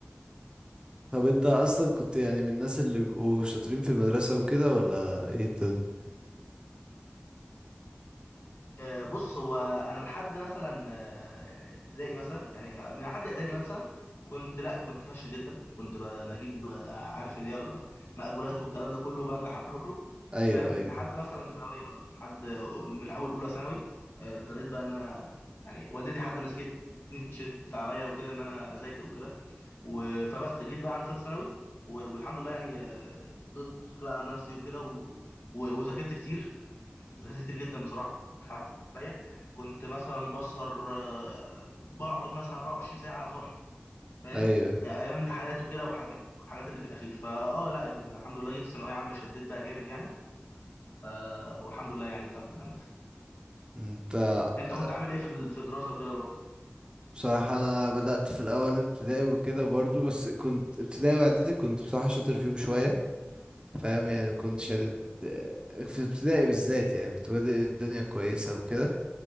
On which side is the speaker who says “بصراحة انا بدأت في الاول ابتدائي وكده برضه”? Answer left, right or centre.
Right